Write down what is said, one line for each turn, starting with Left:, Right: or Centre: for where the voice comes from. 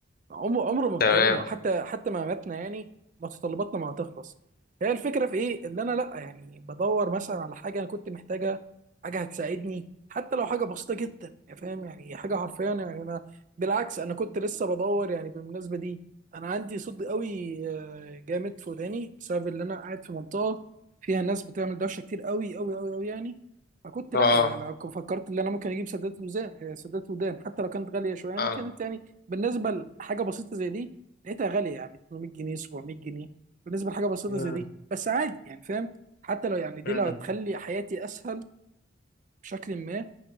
Right: عمره عمره ما بتكلمه
Left: تمام
Right: حتى حتى ما ماتنا يعني متطلباتنا ما هتخلص هي الفكره في ايه ان انا لا يعني بدور مثلا على حاجه انا كنت محتاجه حاجه هتساعدني حتى لو حاجه بسيطه جدا يعني فاهم يعني حاجه حرفيا يعني انا بالعكس انا كنت لسه بدور يعني بالمناسبه دي انا عندي صدى قوي آه، جامد في وداني بسبب ان انا قاعد في منطقه فيها ناس بتعمل دوشه كتير قوي قوي قوي قوي يعني فكنت
Left: اه
Right: لا يعني انا فكرت ان انا ممكن اجيب سدادات وزان آه، سدادات ودان حتى لو كانت غاليه شويه يعني
Left: اه
Right: كانت يعني بالنسبه لحاجه بسيطه زي دي لقيتها غاليه يعني 800 جنيه 700 جنيه بالنسبه لحاجه بسيطه
Left: مم.
Right: زي دي بس عادي يعني فاهم حتى لو يعني دي
Left: مم.
Right: لو هتخلي حياتي اسهل بشكل ما